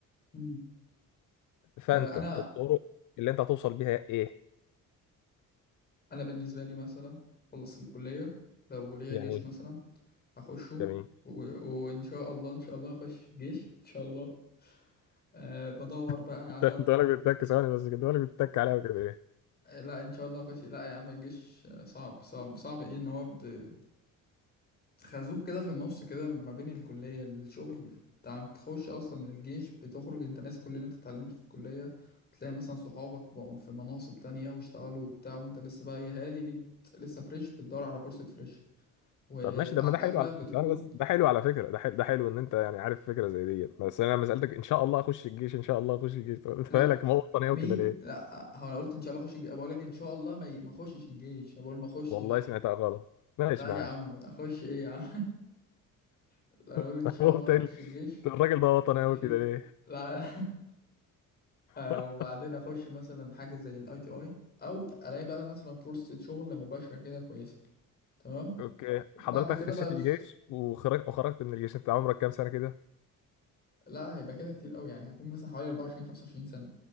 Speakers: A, on the left; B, on the left.
A: مم.
B: فانت
A: آه، أنا
B: الطرق اللي انت هتوصل بيها ايه
A: أنا بالنسبة لي مثلا أخلص الكلية لو ليا
B: يعني
A: جيش
B: ايه
A: مثلا أخشه
B: جميل
A: و... وإن شاء الله إن شاء الله أخش جيش إن شاء الله أه بدور بقى
B: <laughs>
A: على
B: ده انت بالك بتتك ثواني بس كده بالك بتتك عليها وكده ليه
A: آه، لا ان شاء الله اخش لا يا عم الجيش آه، صعب صعب صعب ايه ان هو ب- خازوق كده في النص كده ما بين الكلية الشغل انت عم تخش اصلا الجيش بتخرج انت ناسي كل اللي انت اتعلمته في الكلية تلاقي مثلا صحابك بقوا في مناصب تانية واشتغلوا وبتاع وانت لسه بقى يا هادي بت... لسه فريش بتدور على فرصة فريش وعلى
B: طب ماشي ده ما
A: الاغلب
B: ده حلو على
A: بتكون
B: ثواني بس ده حلو على فكره ده حلو ده حلو ان انت يعني عارف فكره زي ديت بس انا لما سالتك ان شاء الله اخش الجيش ان شاء الله اخش الجيش طب انت
A: لا
B: بالك ما هو وطني
A: مين
B: قوي كده ليه
A: لا هو انا قلت ان شاء الله اخش الجيش بقول لك ان شاء الله ما ي- ما اخشش الجيش أنا بقول ما اخشش
B: والله سمعتها غلط ماشي
A: لا
B: معاك
A: يا عم اخش ايه يا عم انا بقول
B: <laughs>
A: ان شاء
B: هو
A: الله
B: قلت
A: اخش
B: لي،
A: الجيش
B: الراجل ده وطني قوي
A: ماشي
B: كده ليه
A: لا <laughs> آه،
B: <laughs>
A: وبعدين اخش مثلا حاجه زي الاي تي اي او الاقي بقى مثلا فرصه شغل مباشره كده كويسه تمام
B: اوكي
A: وبعد
B: حضرتك
A: كده
B: خشيت
A: بقى ال-
B: الجيش وخرجت وخرجت من الجيش انت عمرك كام سنه كده
A: لا هيبقى كده كتير قوي يعني هيكون مثلا حوالي 24 25 سنه